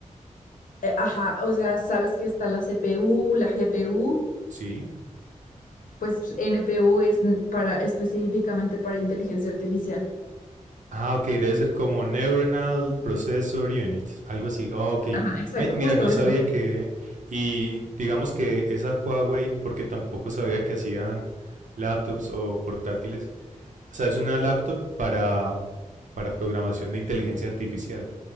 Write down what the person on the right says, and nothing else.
Sí.
Ah, ok, debe ser como Neuronal Processor Unit, algo así. Ah, ok,
Mi- mira,
no
sabía que... Y digamos que esa Huawei, porque tampoco sabía que hacían laptops o portátiles. O sea, es una laptop para, para programación de inteligencia artificial.